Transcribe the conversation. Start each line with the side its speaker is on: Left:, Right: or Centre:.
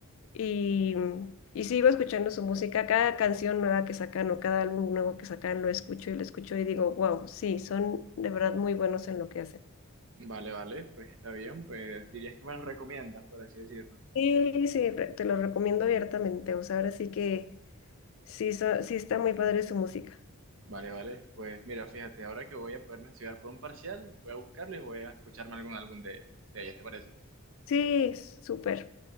Left: y, y sigo escuchando su música, cada canción nueva que sacan o cada álbum nuevo que sacan lo escucho y lo escucho y digo, wow, sí, son de verdad muy buenos en lo que hacen.
Right: Vale, vale, pues está bien, pues dirías que me lo recomiendas, por así decirlo.
Left: Sí, sí, re- te lo recomiendo abiertamente. O sea, ahora sí que sí, so- sí está muy padre su música.
Right: Vale, vale. Pues mira, fíjate, ahora que voy a poderme estudiar por un parcial, voy a buscarlo y voy a escucharme algún álbum de, de ellas, ¿te parece?
Left: Sí, súper.